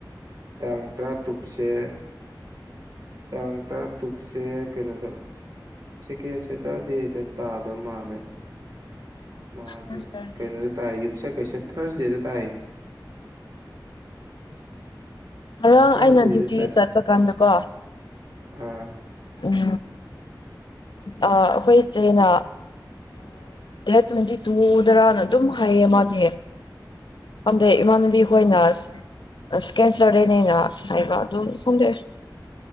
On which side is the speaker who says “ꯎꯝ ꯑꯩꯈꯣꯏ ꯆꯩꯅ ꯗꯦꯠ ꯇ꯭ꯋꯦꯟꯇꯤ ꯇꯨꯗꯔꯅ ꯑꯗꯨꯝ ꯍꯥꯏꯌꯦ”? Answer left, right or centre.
Left